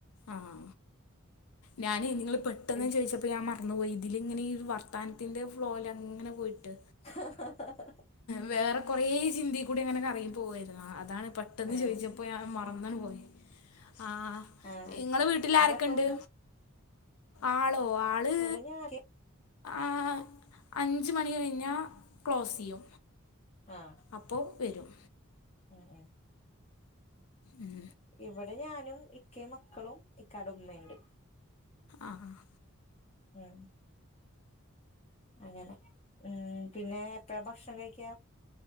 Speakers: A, on the left; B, on the left.
A: ആഹ് ഞാനെ നിങ്ങൾ പെട്ടെന്ന്
B: പിന്നെ
A: ചോദിച്ച ഇപ്പൊ ഞാൻ മറന്നുപോയി ഇതിലിങ്ങനെ ഈ വർത്തനത്തിൻ്റെ ഫ്ലോയിൽ അങ്ങനെ പോയിട്ട്
B: ഹാ ഹാ ഹാ ഹാ
A: വേറെ കൊറെയേ ചിന്തയിൽ കൂടി അങ്ങനെ കറയി പോവായിരുന്നു അതാണ് പെ -ട്ടെന്ന്
B: ആഹ്
A: ചോദിച്ചപ്പോ ഞാൻ മറന്നാണ് പോയി ആഹ്
B: ആഹ്
A: ഇങ്ങളെ വീട്ടിൽ
B: ആളെപ്പ
A: ആരൊക്കെണ്ട്
B: വരും
A: ആളോ ആള്
B: ഇവിടെ ഞാൻ
A: ആഹ് അഞ്ച് മണി കഴിഞ്ഞാൽ ക്ലോസ് ചെയ്യും
B: ആഹ്
A: അപ്പോ വരും
B: ഉം ഉം
A: ഉം
B: ഇവിടെ ഞാനും ഇക്കേയും മക്കളും ഇക്കാട ഉമ്മയുണ്ട്
A: ആഹ് ആഹ്
B: ഉം അങ്ങനെ ഉം പിന്നെ എപ്പഴാ ഭക്ഷണം കഴിക്ക